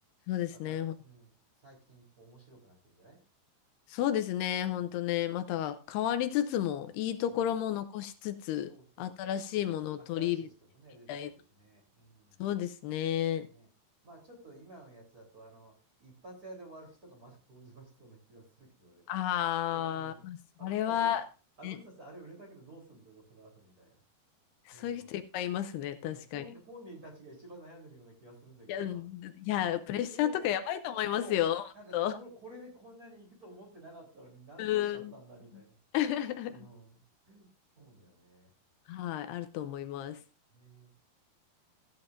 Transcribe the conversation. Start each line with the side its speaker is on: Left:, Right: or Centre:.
Left: そうですね。
Right: また、うん、最近こう面白くなってるんじゃない
Left: そうですね、ほんとね、
Right: うん。
Left: また変わりつつも、いいところも残しつつ、
Right: ねえ。そうそうそうそう。
Left: 新しいものを取り入れてみたいな。
Right: 新しい人もね、出てくるしね。うん。
Left: そうですね。
Right: ねえ。まあちょっと今のやつだと、あの、一発屋で終わる人がまた登場しそうな気はするけどね。
Left: ああ、
Right: うん。
Left: まあそれは、
Right: あの人たち、あ、あの人たちあれ売れたけどどうすんだろう、
Left: ね、
Right: その後みたいな。
Left: そういう人いっぱいいますね、
Right: うん。
Left: 確かに。
Right: ね、本、本人たちが一番悩んでるような気がするんだけどさ、
Left: いや、うんいや、
Right: これ。
Left: プレッシャーとかやばいと思いますよ、
Right: えーそう、なんかこ、
Left: ほんと。
Right: これでこんなに行くと思ってなかったのにな、
Left: うん。
Right: どうしちゃったんだみたいな。
Left: <laughs>
Right: うん。そうだよね。
Left: はい、あると思います。
Right: ね、